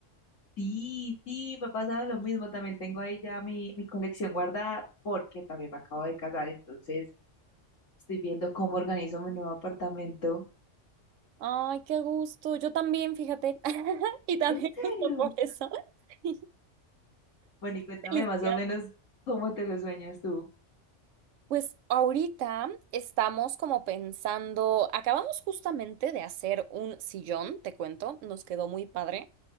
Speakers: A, on the left (about 85°); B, on the right (about 80°).
A: Sí, sí, me ha pasado lo mismo. También tengo ahí ya mi, mi colección guardada porque también me acabo de casar, entonces estoy viendo cómo organizo mi nuevo apartamento.
B: Ay, qué gusto. Yo también, fíjate. <laughs> Y también
A: ¿En serio?
B: justo por eso. <laughs>
A: Bueno, y cuéntame
B: Felicidades.
A: más o menos cómo te lo sueñas tú.
B: Pues ahorita estamos como pensando, acabamos justamente de hacer un sillón, te cuento, nos quedó muy padre.